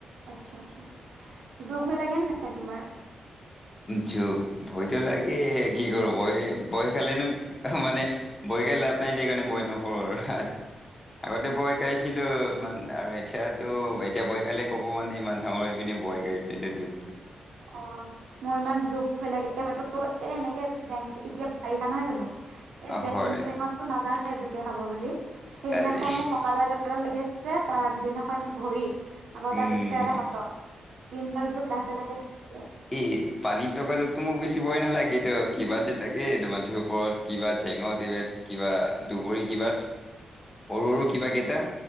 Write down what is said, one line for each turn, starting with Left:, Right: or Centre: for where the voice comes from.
Right: আচ্ছা, আচ্ছা। জোক ভয় লাগে নাই তোমাৰ?
Left: জোক? ভয়টো লাগে কি কৰিবা ভয়, ভয় খালেনো মানে ভয় খাই লাভ নাই যে সেইকাৰণে বয় নকৰোঁ আৰু <unintelligible> আগতে বয় খাইছিলোঁ মান আৰু এতিয়াতো এতিয়া বয়কালে কব মানে ইমান ডাঙৰ হৈ পিনে বয় খাইছে এই জোক
Right: অ মোৰ ইমান জোক ভয় লাগে মইতো এ, এনেকে জেং এতিয়া বাৰিষা নহয় জানোঁ? এই জেং
Left: হয়
Right: চেঙতো নাযাৱে জোকে খাব বুলি। সেইদিনাখন
Left: আৰে
Right: মোৰ কঁকালত এডাল লাগি আছিলে, তাৰ আগদিনাখন ভৰিত। আকৌ
Left: উম
Right: তাৰ পিছদিনা এডাল হাতত। তিনডাল জোক লাটে, লাটে লাগিছে।
Left: এ, পানীত থকা জোকটো মোক বেছি ভয় নালাগে, এইটো কিবা যে তাকে এইটো এইটো মাটিৰ ওপৰত কিবা জেঙত এইবা কিবা দুবৰী কিবাত, সৰু, সৰু কিবা কেইটা